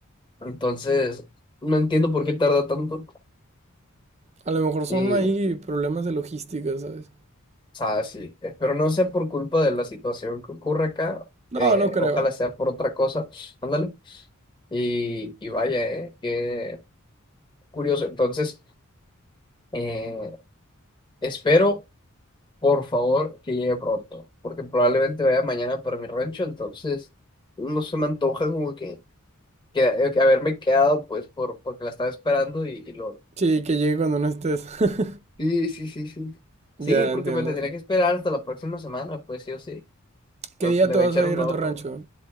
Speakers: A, on the left; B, on the right.
A: Entonces, no entiendo por qué tarda tanto.
B: A lo mejor son
A: Y,
B: ahí
A: o
B: problemas de logística, ¿sabes?
A: sea, sí, espero no sea por culpa de la situación que ocurre acá.
B: No,
A: eh,
B: no creo.
A: ojalá sea por otra cosa. Ándale. Y, y vaya, eh, qué curioso. Entonces, eh, espero, por favor, que llegue pronto. Porque probablemente vaya mañana para mi rancho. Entonces, no se me antoja como que, que, eh, que haberme quedado, pues, por, porque la estaba esperando y, y lo
B: Sí, que llegue cuando no estés. <laughs>
A: Sí, sí, sí, sí.
B: Ya,
A: Sí, porque
B: entiendo.
A: me tendría que esperar hasta la próxima semana, pues sí o sí. Entonces
B: ¿Qué día
A: le
B: te
A: voy
B: vas
A: a echar
B: a
A: un
B: ir
A: ojo.
B: a tu rancho?